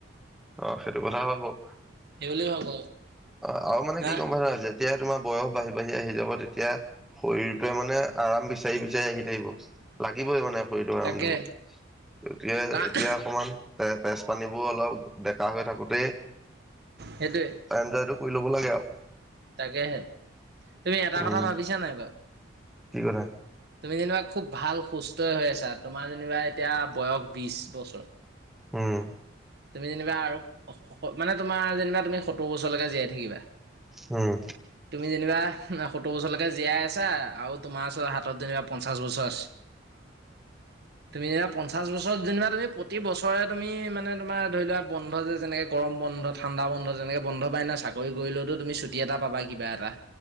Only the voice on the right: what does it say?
সেইবুলি ভাবো
হা
তাকে
কাৰণ
সেইটোৱে
তাকেহে, তুমি এটা
কথা ভাবিছা নাই বাৰু।
তুমি যেনিবা খুব ভাল সুস্থই হৈ আছা, তোমাৰ যেনিবা এতিয়া বয়স বিশ বছৰ।
তুমি যেনিবা, আৰু মানে তোমাৰ যেনিবা তুমি সত্তোৰ বছৰলৈকে জীয়াই থাকিবা।
তুমি যেনিবা সত্তোৰ বছৰলৈকে জীয়াই আছা, আৰু তোমাৰ ওচৰত হাতত যেনিবা পঞ্চাশ বছৰ আছে। তুমি যেনিবা, পঞ্চাশ বছৰত যেনিবা, তুমি প্ৰতি বছৰে তুমি মানে। তোমাৰ ধৰি লোৱা, বন্ধ যেনেকে গৰম বন্ধ, ঠাণ্ডা বন্ধ তেনেকে বন্ধ পায় নাই, চাকৰি কৰিলেও তুমি ছুটি এটা পা পাবা, কিবা এটা।